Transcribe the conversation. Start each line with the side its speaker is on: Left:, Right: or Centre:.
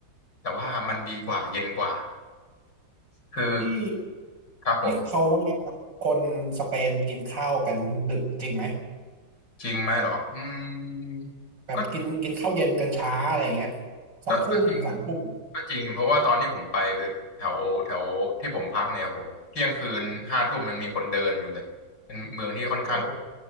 Left: แต่ว่ามันดีกว่าเย็นกว่าคือ
Right: ที่
Left: ครับผม
Right: ที่เขาว่าคนสเปนกินข้าวกันดึกจริงไหม
Left: จริงไหมเหรออืม
Right: แบบกินกินข้าวเย็นกันช้าอะไรเงี้ย
Left: ก็
Right: สองทุ่มสามทุ่ม
Left: ก็ก็ก็จริงเพราะว่าตอนที่ผมไปคือแถวแถวที่ผมพักเนี่ยโหเที่ยงคืนห้าทุ่มยังมีคนเดินอยู่เลยเป็นเมืองที่ค่อนข้าง
Right: โอ้